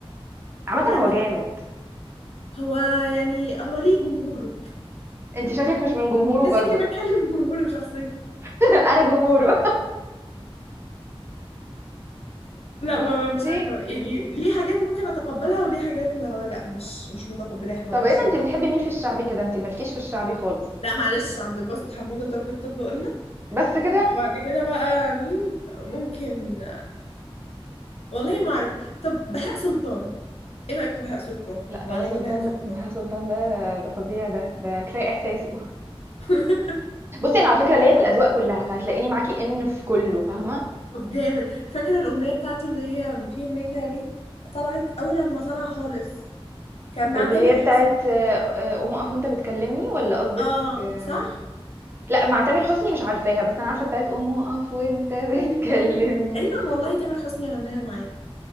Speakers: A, on the right; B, on the left.
A: عامة
B: وعامل
A: هو جامد
B: ايه هو يعني هو ليه جمهوره
A: انت شكلك مش من جمهوره
B: انا
A: برضو
B: شكلي بتكلم جمهور شخصيا
A: <laughs> انا جمهوره <laughs>
B: لا ما مش
A: بصي
B: عارفه يعني ليه حاجات ممكن اتقبلها وليه حاجات اللي هو لا مش مش متقبلاها ما
A: طب
B: اعرفش
A: ايه ده
B: ليه
A: انت بتحبي مين في الشعبي كده انت مالكيش في الشعبي خالص
B: لا معلش عبد الباسط حموده طب الطب قلنا
A: بس كده
B: بعد كده بقى مين ممكن والله ما اعرف طب بهاء سلطان ايه رايك في بهاء سلطان
A: لا
B: واغاني
A: بهاء سلطان
B: بهاء سلطان
A: بهاء سلطان ده ده فظيع ده ده كفايه احساسه
B: <laughs>
A: <laughs> بصي انا على فكره ليا في الاذواق كلها فهتلاقيني معاكي ان في كله فاهمه
B: طب جامد فاكره الاغنيه بتاعته اللي هي في اغنيه كده ليه طلعت اول لما طلع خالص كان مع
A: اللي
B: تامر
A: هي بتاعت
B: حسني
A: آه، آه، قوم اقف وانت بتكلمني ولا قصدك
B: اه
A: آه،
B: صح
A: لا مع تامر حسني مش عارفاها بس انا عارفه بتاعت قوم اقف وانت <laughs> بتكلمني
B: انت بك- تقريبا والله تامر حسني غناها معاه